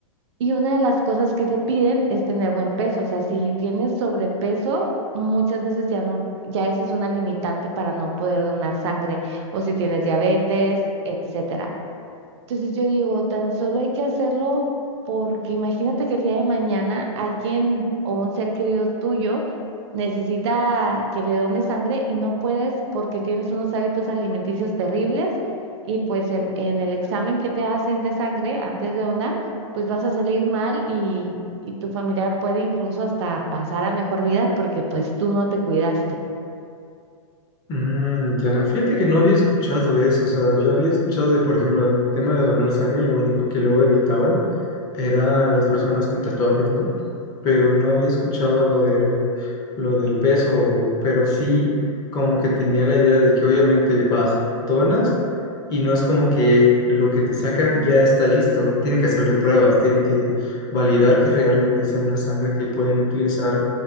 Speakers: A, on the right (about 55°); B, on the left (about 20°).
A: Y una de las cosas que te piden es tener buen peso, o sea, si tienes sobrepeso, muchas veces ya no. Ya esa es una limitante para no poder donar sangre, o si tienes diabetes, etcétera. Entonces yo digo, tan solo hay que hacerlo porque imagínate que el día de mañana alguien o un ser querido tuyo necesita que le dones sangre y no puedes porque tienes unos hábitos alimenticios terribles y pues en, en el examen que te hacen de sangre antes de donar, pues vas a salir mal y, y tu familiar puede incluso hasta pasar a mejor vida porque pues tú no te cuidaste.
B: Mm, ya, fíjate que no había escuchado eso. O sea, yo había escuchado de, por ejemplo, el tema de donar sangre, lo único que luego evitaban eran las personas con tatuajes, ¿no? Pero no había escuchado lo del lo del peso, pero sí como que tenía la idea de que obviamente vas, donas y no es como que lo que te sacan ya está listo, tienen que hacerle pruebas, tienen que validar que realmente sea una sangre que pueden utilizar